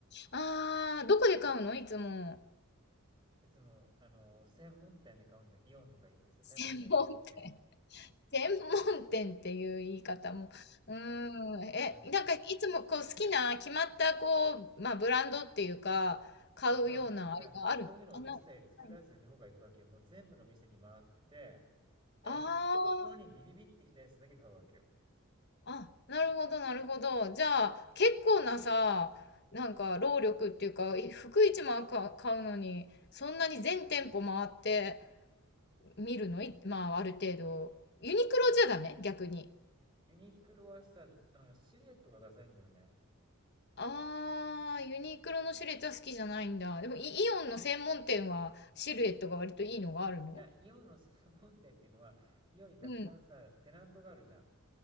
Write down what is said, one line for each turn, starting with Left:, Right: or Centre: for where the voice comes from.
Left: あー、どこで買うのいつも。
Right: いつも、あの、専門店で買うんだ、イオンとか行ってさ、専門店見に行って。
Left: 専門店。専門店っていう言い方も、うーん、え、
Right: うん。
Left: なんかいつもこう好きな決まったこう、まあブランドっていうか、買うようなあれがあるのあ、
Right: ない。え、そういうのを一切作らずに僕は行くわけ。
Left: な、ない
Right: もう全部の店に回って、で、
Left: ああ、
Right: 心にビビビってきたやつだけ買うわけよ。
Left: あ、なるほど、なるほど。じゃあ、結構なさ、なんか労力っていうか、い服一枚か買うのに、そんなに全店舗回って見るの、いまあある程度。ユニクロじゃダメ逆に。
Right: ユニクロはさ、あの、シルエットがダサいんだよね。
Left: あー、ユニクロのシルエットは好きじゃないんだ。でもイ、イオンの専門店はシルエットが割といいのがあるの
Right: いや、イオンの専門店っていうのは、イオンにたくさんさ、
Left: うん。
Right: テナントがあるじゃん。